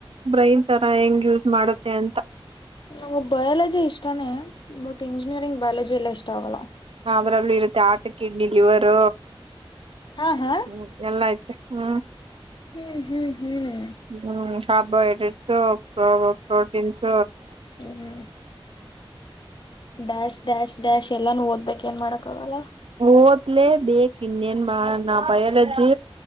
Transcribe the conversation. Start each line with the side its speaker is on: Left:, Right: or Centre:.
Right: ಬ್ರೈನ್ ತರ್ ಹೆಂಗ್ ಯೂಸ್ ಮಾಡುತ್ತೆ ಅಂತ
Left: ನಮ್ಗ್ ಬಯಾಲಜಿ ಇಷ್ಟಾನೇ ಬಟ್ ಇಂಜಿನಿಯರಿಂಗ್ ಬಯಾಲಜಿ ಎಲ್ಲ ಇಷ್ಟ ಆಗಲ್ಲ
Right: ಅದ್ರಲ್ಲೂ ಇರುತ್ತೆ ಆರ್ಟ್ ಕಿಡ್ನಿ ಲಿವರು
Left: ಹಾ ಹಾ
Right: ಹ್ಮ ಎಲ್ಲ ಆಐ್ತ ಹ್ಮ್
Left: ಹ್ಮ್ ಹ್ಮ್ ಹ್ಮ್
Right: ಹ್ಮ್ ಸಬ ಸ ಪ್ರೋಟೀನ್ ಸ
Left: ಹ್ಮ ಡ್ಯಾಶ್ ಡ್ಯಾಶ್ ಡ್ಯಾಶ್ ಎಲ್ಲಾ ಓದ್ಬೇಕ ಏನ್ ಮಾಡೋಕ್ಕಾಗಲ್ಲ
Right: ಓದ್ಲೆೇ ಬೇಕ ಇನ್ನೇನ್ ಮಾಡೋಣ ಭಯಲಾಜಿ